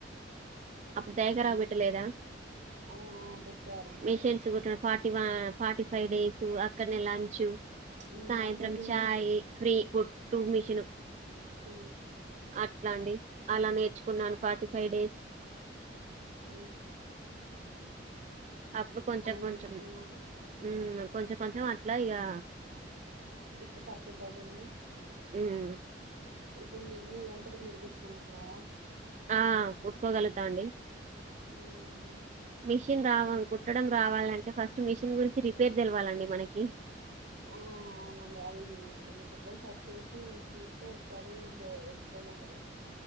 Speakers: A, on the right; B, on the right.
A: అప్పుడు దయగరావు
B: హ్మ్.
A: బెట్టలేదా
B: ఆ! ఆ! పెట్టారు.
A: మిషన్స్ కుటిన ఇగ ఫార్టీ ఫైవ్ డేసు అక్కడనే లంచ్
B: హ్మ్.
A: సాయంత్రం
B: అప్పుడు ఎళ్ళిల్లా?
A: చాయ్ ఫ్రీ కుట్టు మిషిను
B: ఆ
A: ఎట్లా అండి అలా నేర్చుకున్నాను ఫార్టీ ఫైవ్ డేస్
B: ఆ
A: అప్పుడు కొంచెం కొంచెం
B: నేర్చుకున్నారు.
A: ఉమ్ కొంచెం కొంచెం అట్లా ఇక
B: ఇప్పుడు పెర్ఫెక్టైపోయిందా
A: ఉమ్
B: ఇప్పుడు మీరంతట మీరు కుట్టుకుంటున్నారా
A: ఆ కుట్టుకోగలుగుతా అండి
B: ఉమ్
A: మిషిన్ రావడం కుట్టడం రావాలంటే ఫస్ట్ మిషిన్ గురించి రిపేర్ తెలవాలండి మనకి
B: ఆ అవునండి అది యూట్యూబ్ లో సెర్చ్ చేసి చూస్తే ఒకసారి వ స్తదండి